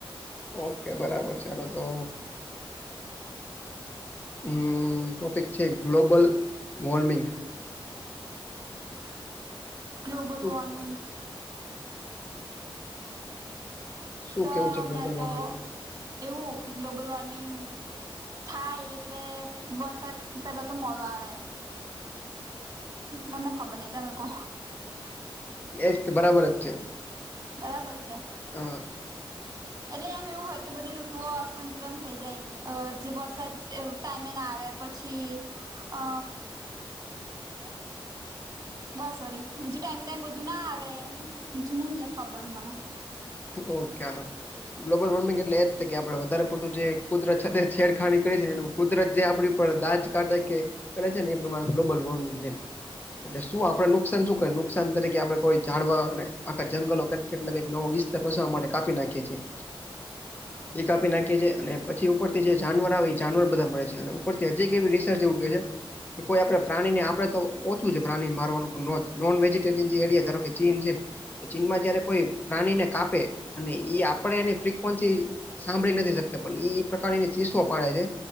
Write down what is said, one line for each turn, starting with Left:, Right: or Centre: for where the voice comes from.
Left: ઓકે બરાબર ચલો તો હમ્મ ટોપિક છે ગ્લોબલ વોર્મિંગ.
Right: ગ્લોબલ
Left: શું
Right: વોર્મિંગ.
Left: શું
Right: તો
Left: કેવું છે
Right: હમણાં
Left: ગ્લોબલ
Right: તો
Left: વોર્મિંગ
Right: એવું કે ગ્લોબલ વોર્મિંગ થાય એટલે વરસાદ પેલા તો મોડો આવે. મને ખબર નઈ તમે કો.
Left: એજ તો બરાબર જ છે.
Right: બરાબર છે.
Left: અ
Right: એટલે એમ એવું હોય કે બધી ઋતુઓ અસંતુલન થઈ જાય અ જે વરસાદ એવું ટાઈમે ના આવે પછી અ <inaudible> બસ સરી બીજું ટાઈમ ટુ ટાઈમ બધું ના આવે બીજું નહિ ખબર મને.
Left: ઓકેનો. ગ્લોબલ વોર્મિંગ એટલે એ જ કે આપડે વધારે પડતું જે કુદરત છેડખાણી કરી છે એનું કુદરત જે આપણી ઉપર દાજ કાઢ કે કરે છે ને એ પ્રમાણે ગ્લોબલ વોર્મિંગ છે. એટલે શું આપડે નુકસાન શું કર નુકસાન તરીકે આપણે કોઈ ઝાડવા અને આખા જંગલો કેટલા નો. વિસ્તાર વસાવા માટે કાપી નાખીએ છીએ. એ કાપી નાખી છીએ અને પછી ઉપરથી જે જાનવર આવે એ જાનવર બધા મળે છે અને ઉપર કે જે રિસર્ચ એવું કે છે. કે કોઈ આપણે પ્રાણીને આપણેે તો ઓછું છે પ્રાણી મારવાનુ નોન વેજીરયનિયા જે એરિયા ધારોકે ચીન છે. તો ચીનમાં જયારે કોઈ પ્રાણીને કાપે અને એ આપણે એની ફ્રિકવન્સી સાંભળી નથી શકતો પણ ઇ પ્રકાર ચીસ્સો પાડે છે.